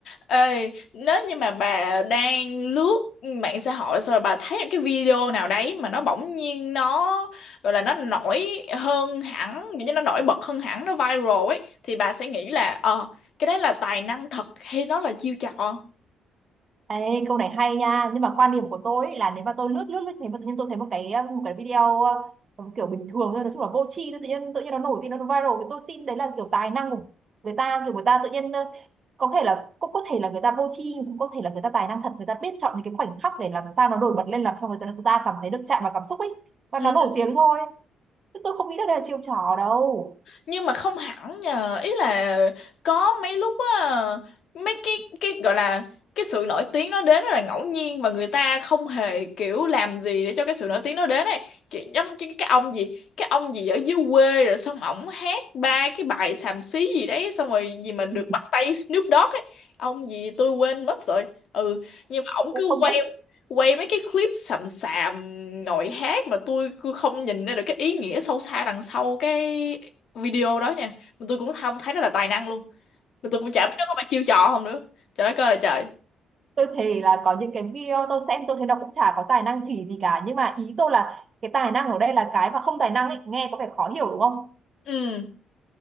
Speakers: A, on the left (about 65°); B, on the right (about 45°).
A: Ê, nếu như mà bà đang lướt mạng xã hội xong rồi bà thấy một cái video nào đấy mà nó bỗng nhiên nó gọi là nó nổi hơn hẳn, kiểu như nó nổi bật hơn hẳn, nó viral ấy thì bà sẽ nghĩ là ờ cái đấy là tài năng thật hay nó là chiêu trò.
B: Ê, câu này hay nha nhưng mà quan điểm của tôi ấy là nếu mà tôi lướt lướt lướt thấy mà tự nhiên tôi thấy một cái ờ, một cái video ờ, kiểu bình thường thôi nói chung là vô tri thôi, tự nhiên tự nhiên nó nổi tin nó viral thì tôi tin đấy là kiểu tài năng của người ta kiểu người ta tự nhiên ờ, có thể là cũng có thể là người ta vô tri cũng có thể là người ta tài năng thật người ta biết chọn những cái khoảnh khắc để làm sao nó nổi bật lên làm cho người ta, người ta cảm thấy được chạm vào cảm xúc ấy và
A: Ừ.
B: nó nổi tiếng thôi chứ tôi không nghĩ là đây là chiêu trò đâu
A: nhưng mà không hẳn nhờ ý là có mấy lúc á mấy cái cái gọi là cái sự nổi tiếng nó đến rất là ngẫu nhiên và người ta không hề kiểu làm gì để cho cái sự nổi tiếng nó đến ấy kiểu giống như cái ông gì cái ông gì ở dưới quê rồi xong ổng hát ba cái bài xàm xí gì đấy xong rồi gì mà được
B: Ừ.
A: bắt tay Snoop Dogg ấy ông gì tôi quên mất rồi ừ nhưng mà ổng
B: tôi cũng
A: cứ
B: không
A: quay
B: biết
A: quay mấy cái clip sầm sàm ngồi hát mà tôi cứ không nhìn ra được cái ý nghĩa sâu xa đằng sau cái video đó nha mà tôi cũng không thấy nó là tài năng luôn mà tôi cũng chả biết nó có phải chiêu trò không nữa trời đất ơi là trời
B: tôi thấy là có những cái video tôi xem tôi thấy nó cũng chả có tài năng khỉ gì cả nhưng mà ý tôi là cái tài năng ở đây là cái mà không tài năng ấy nghe có vẻ khó hiểu đúng không
A: ừ